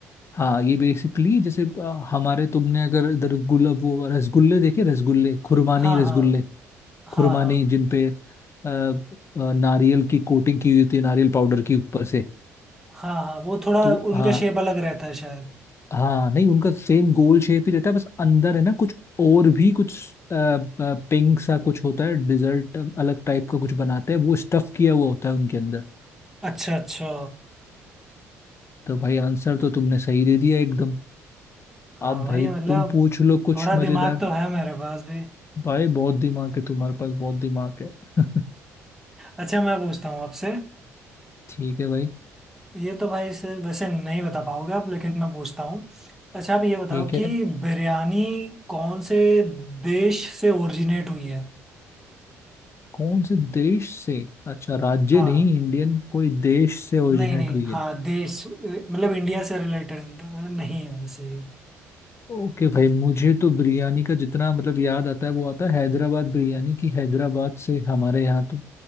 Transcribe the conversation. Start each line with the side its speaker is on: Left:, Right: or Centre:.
Left: हाँ ये बेसिकली जैसे आ, हमारे तुमने अगर इधर गुलाब वो रसगुल्ले देखे रसगुल्ले खुरमानी
Centre: हाँ
Left: रसगुल्ले
Centre: हाँ हाँ
Left: खुरमानी
Centre: हाँ
Left: जिन पे अ, अ, नारियल की कोटिंग की हुई होती है नारियल पाउडर की ऊपर से
Centre: हाँ हाँ वो थोड़ा
Left: तो
Centre: उनका
Left: हाँ
Centre: शेप अलग रहता है शायद
Left: हाँ नहीं उनका सेम गोल शेप ही रहता है बस अंदर है ना कुछ और भी कुछ पिंक सा कुछ होता है डिजर्ट अलग टाइप का कुछ बनाते हैं वो स्टफ किया हुआ होता है उनके अंदर
Centre: अच्छा अच्छा
Left: तो भाई आंसर तो तुमने सही दे दिया एकदम
Centre: हाँ
Left: अब
Centre: भाई
Left: भाई
Centre: मतलब
Left: तुम पूछ लो कुछ
Centre: थोड़ा
Left: मजेदार
Centre: दिमाग तो है मेरे पास भी
Left: भाई बहुत दिमाग है तुम्हारे पास बहुत दिमाग है <laughs>
Centre: अच्छा मैं पूछता हूँ आपसे
Left: ठीक है भाई
Centre: ये तो भाई से वैसे नहीं बता पाओगे आप लेकिन मैं पूछता हूँ अच्छा आप ये बताओ
Left: ठीक है
Centre: कि बिरयानी कौन से देश से ओरिजिनेट हुई है
Left: कौन से देश से अच्छा राज्य
Centre: हाँ
Left: नहीं इंडियन कोई देश से ओरिजिनेट
Centre: नहीं नहीं
Left: हुई है
Centre: हाँ देश अ, मतलब इंडिया से रिलेटेड नहीं है वैसे ये
Left: ओके भाई मुझे तो बिरयानी का जितना मतलब याद आता है वो आता है हैदराबाद बिरयानी की हैदराबाद से हमारे यहाँ तो